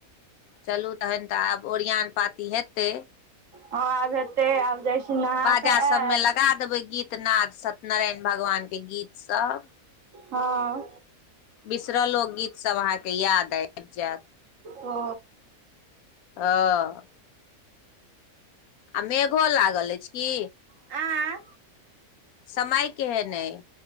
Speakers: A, on the left (about 75°); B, on the right (about 60°).
A: चलू तहन तऽ आब ओरियान पाती हेतै
B: हँ आब हेतै आब जाइ छी नहा कऽ
A: जा सबमें
B: आयब
A: लगा देबे गीत नाद सत्य नारायण भगवान के गीत सब
B: हँ
A: बिसरलो गीतसभ अहाँके याद आबि जायत
B: ओ
A: हँ आ मेघो लागल अछि की
B: ऐ
A: समय केहन अइ